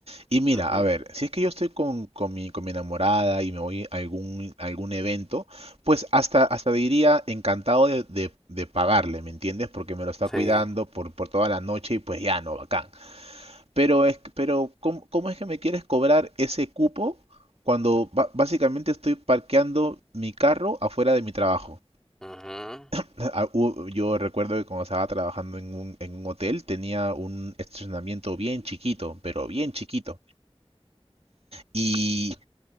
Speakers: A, on the right; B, in the centre.
A: Y mira,
B: ujú,
A: a ver, si es que yo estoy con, con mi, con mi enamorada y me voy a algún, a algún evento, pues hasta, hasta diría encantado de, de- de pagarle, ¿me entiendes? Porque me lo está
B: sí,
A: cuidando por, por toda la noche y pues ya, no, bacán. Pero es, pero ¿cómo, cómo es que me quieres cobrar ese cupo cuando ba- básicamente estoy parqueando mi carro afuera de mi trabajo?
B: ujú,
A: <laughs> Ah, hu- Yo recuerdo que cuando estaba trabajando en un, en un hotel tenía un estacionamiento bien chiquito, pero bien chiquito. Y